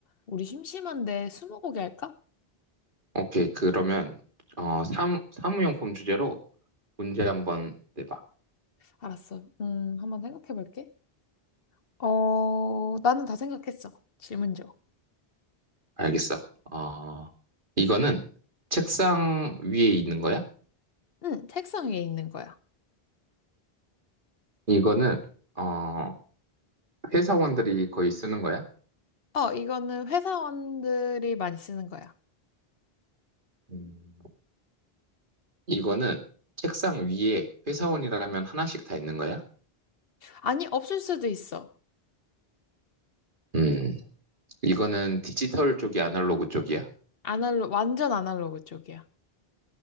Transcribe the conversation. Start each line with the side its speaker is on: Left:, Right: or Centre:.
Left: 우리 심심한데 스무고개 할까?
Right: 오케이. 그러면 어, 사, 사무용품 주제로 문제 한번 내봐.
Left: 알았어. 음, 한번 생각해 볼게. 어, 나는 다 생각했어. 질문 줘.
Right: 알겠어. 어, 이거는 책상 위에 있는 거야?
Left: 응, 책상 위에 있는 거야.
Right: 이거는 어, 회사원들이 거의 쓰는 거야?
Left: 어, 이거는 회사원들이 많이 쓰는 거야.
Right: 음, 이거는 책상 위에 회사원이라면 하나씩 다 있는 거야?
Left: 아니, 없을 수도 있어.
Right: 음, 이거는 디지털 쪽이 아날로그 쪽이야?
Left: 아날로, 완전 아날로그 쪽이야.